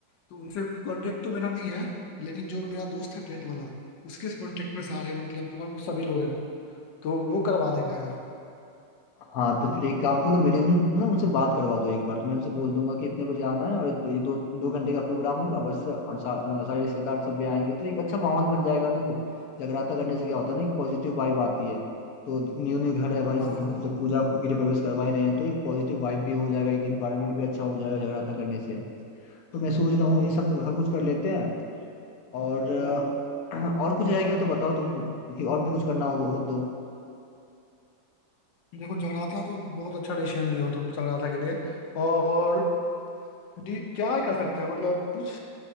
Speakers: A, on the left; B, on the left.
A: तो उनसे कांटेक्ट तो मेरा नहीं है लेकिन जो मेरा दोस्त है टेंट वाला उसके कांटेक्ट में सारे मतलब ऑलमोस्ट सभी लोग हैं तो वो करवा देगा यार
B: हाँ तो फिर एक काम करो मेरी उन, ना उनसे बात करवा दो एक बार तो मैं उनसे बोल दूंगा कि इतने बजे आना है और ये दो दो घंटे का प्रोग्राम होगा बस और सा, अ, सारे रिश्तेदार सब भी आएंगे तो एक अच्छा माहौल बन जाएगा देखो जगराता करने से क्या होता है ना एक पॉजिटिव वाइब आती है तो न्यू न्यू घर है भाई
A: हाँ
B: सब
A: हाँ हाँ
B: जब पूजा गृह प्रवेश करवा ही रहे हैं तो एक पॉजिटिव वाइब भी हो जाएगा एक इन्वायरमेंट भी अच्छा हो जाएगा जगराता करने से तो मैं सोच रहा हूँ ये सब सब कुछ कर लेते हैं और <clears throat>
A: हम्म
B: अ, और कुछ रह गया तो बताओ तुम कि और भी कुछ करना हो, हो तो
A: देखो जगराता तो बहुत अच्छा डिसीजन लिए हो तुम जगराता के लिए और डी- क्या ही कर सकते हैं मतलब कुछ